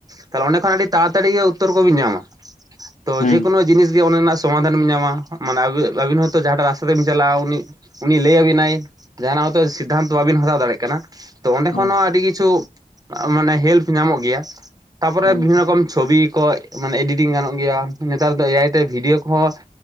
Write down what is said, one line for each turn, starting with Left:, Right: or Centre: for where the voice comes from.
Right: ᱛᱟᱦᱞᱮ ᱚᱸᱰᱮ ᱠᱷᱚᱱ ᱟᱹᱰᱤ ᱛᱟᱲᱟᱛᱟᱲᱤ ᱩᱛᱛᱚᱨ ᱠᱚᱵᱤᱱ ᱧᱟᱢᱟ ᱛᱚ
Left: ᱦᱩᱸ
Right: ᱡᱮᱠᱳᱱᱳ
Left: ᱦᱩᱸ
Right: ᱡᱤᱱᱤᱥ ᱜᱮ ᱚᱱᱟ ᱨᱮᱱᱟᱜ ᱥᱚᱢᱟᱫᱷᱟᱱ ᱵᱤᱱ ᱧᱟᱢᱟ ᱢᱟᱱᱮ ᱟᱵᱤᱱ ᱦᱚᱭᱛᱳ ᱡᱟᱦᱟᱸᱴᱟᱜ ᱨᱟᱥᱛᱟ ᱛᱮᱵᱤᱱ ᱪᱟᱞᱟᱜᱼᱟ ᱩᱱᱤ ᱩᱱᱤ ᱞᱟᱹᱭᱟᱵᱤᱱᱟᱭ ᱡᱟᱦᱟᱸᱱᱟᱜ ᱦᱚᱭᱛᱚ ᱥᱤᱫᱫᱷᱟᱱᱛᱚ ᱵᱟᱵᱤᱱ ᱦᱟᱛᱟᱣ ᱫᱟᱲᱮᱭᱟᱜ ᱠᱟᱱᱟ ᱛᱚ ᱚᱸᱱᱰᱮ
Left: ᱦᱳᱭ
Right: ᱠᱷᱚᱱ ᱦᱚᱸ ᱟᱹᱰᱤ ᱠᱤᱪᱷᱩ ᱢᱟᱱᱮ ᱦᱮᱞᱯ ᱧᱟᱢᱚᱜ ᱜᱮᱭᱟ᱾ ᱛᱟᱨᱯᱚᱨᱮ
Left: ᱦᱩᱸ
Right: ᱵᱤᱵᱷᱤᱱᱱᱚ ᱨᱚᱠᱚᱢ ᱪᱷᱚᱵᱤ ᱠᱚ ᱢᱟᱱᱮ ᱮᱰᱤᱴᱤᱝ ᱜᱟᱱᱚᱜ ᱜᱮᱭᱟ ᱱᱮᱛᱟᱨ ᱫᱚ ᱮ ᱟᱭᱛᱮ ᱵᱷᱤᱰᱤᱭᱳᱣ ᱠᱚᱦᱚᱸ